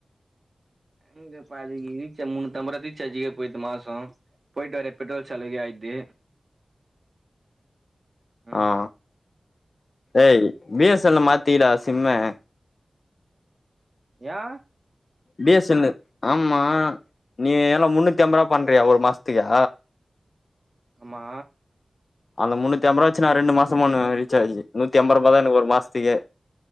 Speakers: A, on the right; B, on the left.
A: எங்க பாதிகிரீச்ச மூண்ணூதம்பர ரீச்சாஜிகே போய்த்து மாசோ போய்ட்டு வர பெட்ரோல் செலவுக்கே யாய்த்து ம்
B: ஆ ஏய் பிஎஸ்எல்ல
A: என்ன பண்ல
B: மாத்திகெடா சிம்மு
A: யா
B: பி எஸ் எல்லு ஆம்மா நீ ஏனா முன்னூத்தி அம்பர்வா பண்றியே ஒரு மாஸ்த் த்தியா
A: ஆமா
B: அந்த முன்னூத்திஅம்பராவாச்சு நா ரெண்டு மாசோமோண்ணு ரீச்சாயி நூத்திஅம்பருபாதா எனக்கு ஒரு மாஸ்த்திகே